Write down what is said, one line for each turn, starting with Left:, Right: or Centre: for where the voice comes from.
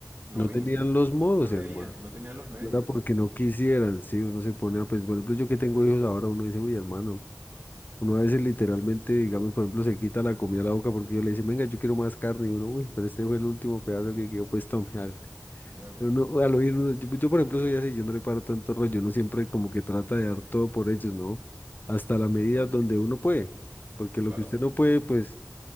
Right: No
Left: no
Right: había,
Left: tenían los modos,
Right: no tenían,
Left: hermano.
Right: no tenían los medios
Left: No era porque
Right: eh,
Left: no quisieran, sí, uno se pone a, pues, por ejemplo, yo que tengo hijos ahora, uno dice, uy, hermano. Uno a veces literalmente, digamos, por ejemplo, se quita la comida a la boca porque yo le dice, venga, yo quiero más carne. Y uno, uy, pero este fue el último pedazo que quedó, pues tome, <laughs> hágale".
Right: de acoger.
Left: Pero uno, al oír, uno- yo, yo, por ejemplo, soy así, yo no le paro tanto rollo, uno siempre como que trata de dar todo por ellos, ¿no? Hasta la medida
Right: Tal,
Left: donde uno puede. Porque lo
Right: Claro,
Left: que usted no puede, pues,